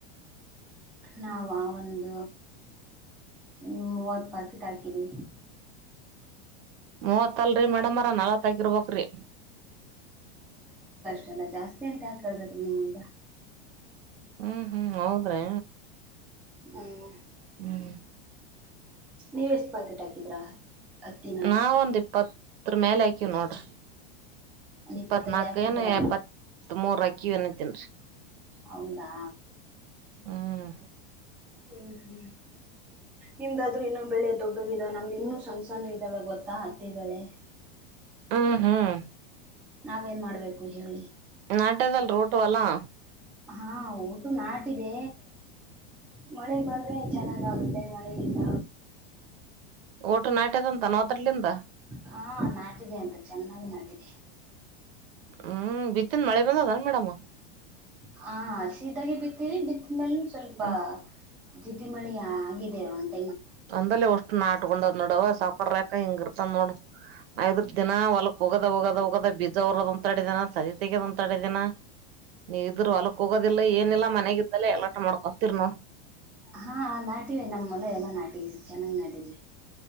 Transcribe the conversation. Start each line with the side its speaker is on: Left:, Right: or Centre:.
Centre: ನಾವಾ ಒಂದ ಹ್ಮ್ ಮೂವತ್ತ್ ಪಾಕೆಟ್ ಹಾ ಹಾಕಿದೀವಿ.
Right: ಮೂವತ್ತ ಅಲ್ರೀ ಮೇಡಮ್ ಅರಾ ನಾಲ್ವತ್ತ್ ಹಾಕಿರ್ಬೆಕ್ರಿ.
Centre: ಅಲ್ಲ ಜಾಸ್ತಿ ಐತ ಯಾಕ ಹೆಳ್ಬೇಕ ನಿಮಿಂದ.
Right: ಹ್ಮ್ ಹ್ಮ್ ಹೌದ್ರೆ.
Centre: ಹ್ಮ್
Right: ಹ್ಮ್
Centre: ನೀವ್ ಎಷ್ಟ್ ಪಾಕೆಟ್ ಹಾಕಿದ್ರ ಹತ್ತಿನ
Right: ನಾವ ಒಂದ್ ಇಪ್ಪತ್ತರ ಮ್ಯಾಲ ಹಾಕಿವ ನೋಡ್ರಿ
Centre: ಒಂದ್
Right: ಇಪ್ಪತ್ನಾಕ
Centre: ಇಪ್ಪತ್ತೈದು ಹಾಕಿದ್ರಲ್ಲ
Right: ಏನ ಇಪ್ಪತ್ ಮೂರ್ ಹಾಕಿವ ಏನತ್ತಿನರಿ.
Centre: ಹೌದಾ
Right: ಹ್ಮ್
Centre: ಹ್ಮ್ಮ್ ಹ್ಮ್ಮ್ ನಿಮ್ದಾದಾದ್ರು ಇನ್ನ ಬೆಳೆ ದೊಡ್ಡ ನಮ್ದ ನಿಧಾನ ನಮ್ದ ಇನ್ನು ಸಣ್ಣ ಸಣ್ಣ ಇದ್ದಾವೆ ಗೊತ್ತಾ ಹತ್ತಿ ಬೆಳೆ.
Right: ಹ್ಮ್
Centre: ಹ್ಮ ಹ್ಮ
Right: ಹ್ಮ್
Centre: ನಾವೇನ್ ಮಾಡ್ಬೇಕು ಹೇಳಿ.
Right: ನಾಟ್ಯದಲ್ ರೂಟ್ ಹೊಲಾ.
Centre: ಹಾ ದು ನಾಟಿದೆ. ಮಳಿ ಬಂದ್ರೆ ಚೆನ್ನಾಗ ಆಗುತ್ತೆ. ಮಳೆ ಇಲ್ಲ
Right: ಒಟ್ಟು ನಾಟ್ಯದಂತ ನವತ್ರಲಿಂದ
Centre: ಹಾ ನಾಟಿದೆ ಅಂತ ಚೆನ್ನಾಗಿ ನಾಟಿದೆ.
Right: ಹ್ಮ್ ಬಿತ್ತಿನ ಮಳೆ ಬಂದದ ಮೇಡಮ್
Centre: ಹ ಹಸಿ ಇದ್ದಾಗೆ ಬಿತ್ತೀವಿ ಬಿತ್ ಮೇಲ್ನು ಸ್ವಲ್ಪ
Right: ಹ್ಮ್
Centre: ಜಿಟಿಮಳಿ ಆಗಿ ನಿವಂತ್.
Right: ಅಂದಲ್ಲೆ ಒಷ್ಟು ನಾಟಕೊಂಡದ್ ನೋಡವ ಸಾವಕಾರ ಲೆಕ್ಕ ಹಿಂಗ ಇರ್ತನ್ ನೋಡು. ಐದರ್ ದಿನ ಹೊಲಕ್ ಹೋಗದ ಹೋಗದ ಹೋಗದ ಬೀಜ ಊರದ ಒಂದ ತ್ಯಾಡೆ ದಿನ ಸ ಜೊತೆಗೆ ಒಂದ್ ತ್ಯಾಡೆ ದಿನಾ. ನೀವ ಇದ್ದುರ್ ಹೊಲಕ್ ಹೋಗೋದಿಲ್ಲ ಏನಿಲ್ಲ ಮನೆಗಿದ್ದಲ ಎಲಾಟ ಮಾಡ್ಕೊತಿರ್ ನೋಡ್ -
Centre: ಹಾ ನಾಟಿವೆ ನಮ್ಮ ಹೊಲ ಎಲ್ಲ ನಾಟಿದೀವಿ ಚೆನ್ನಾಗಿ ನಾಟಿದೀವಿ.